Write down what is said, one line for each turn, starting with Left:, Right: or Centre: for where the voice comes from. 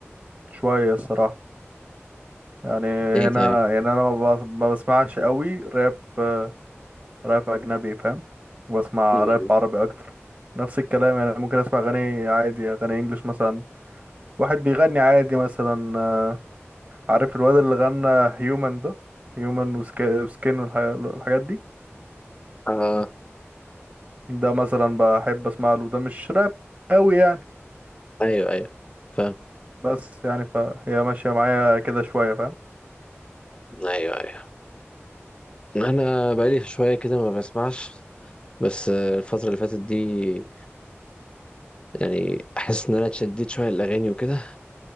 Right: شويه الصراحه يعني
Left: ايه
Right: هنا
Left: طيب؟
Right: يعني انا ما بس- ما بسمعش قوي راب آه، راب اجنبي فاهم بسمع
Left: امم
Right: راب عربي اكتر نفس الكلام يعني ممكن اسمع اغاني عادي اغاني انجليش مثلا واحد بيغني عادي مثلا آه، عارف الواد اللي غنى هيومن ده هيومن وسكين والحاجات دي
Left: اه
Right: ده مثلا بحب اسمع له ده مش راب قوي يعني
Left: ايوه ايوه فاهم
Right: بس يعني فهي ماشية معايا كده شوية فاهم
Left: ايوه ايوه انا بقالي شوية كده ما بسمعش بس آه، الفترة اللي فاتت دي يعني احس ان انا اتشددت شوية الاغاني وكده